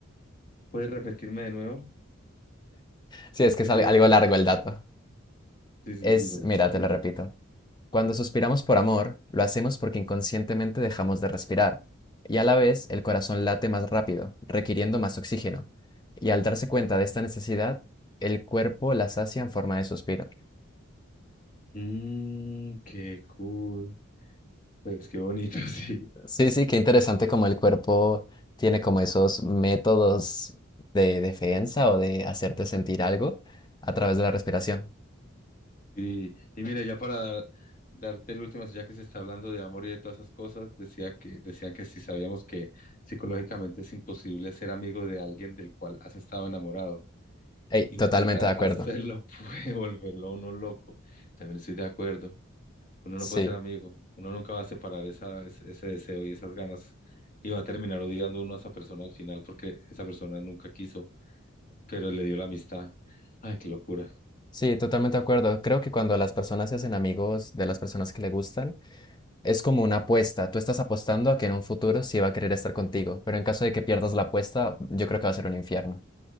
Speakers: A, on the left; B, on the left.
A: ¿puedes repetirme de nuevo?
B: Sí,
A: ¿Lo
B: es
A: entiendo
B: que es al-
A: bien?
B: algo largo el dato.
A: Sí, sí,
B: Es,
A: dímelo
B: mira, te
A: de
B: lo
A: nuevo.
B: repito. Cuando suspiramos por amor, lo hacemos porque inconscientemente dejamos de respirar, y a la vez el corazón late más rápido, requiriendo más oxígeno, y al darse cuenta de esta necesidad, el cuerpo la sacia en forma de suspiro.
A: Mmm, qué cool. Pues qué bonito, <laughs> sí.
B: Sí, sí, qué interesante como el cuerpo tiene como esos métodos de defensa o de hacerte sentir algo a través de la respiración.
A: Sí, y mira, ya para dar- darte el último, ya que se está hablando de amor y de todas esas cosas, decía que, decían que si sabíamos que psicológicamente es imposible ser amigo de alguien del cual has estado enamorado.
B: Ey,
A: intentar
B: totalmente de acuerdo.
A: hacerlo <laughs> puede volverlo a uno loco. También estoy de acuerdo. Uno
B: Sí,
A: no puede ser amigo. Uno nunca va a separar esa, ese, ese deseo y esas ganas. Y va a terminar odiando uno a esa persona al final porque esa persona nunca quiso, pero le dio la amistad. Ay, qué locura.
B: sí, totalmente de acuerdo. Creo que cuando las personas se hacen amigos de las personas que le gustan, Es como una apuesta. Tú estás apostando a que en un futuro sí va a querer estar contigo, pero en caso de que pierdas la apuesta, yo creo que va a ser un infierno.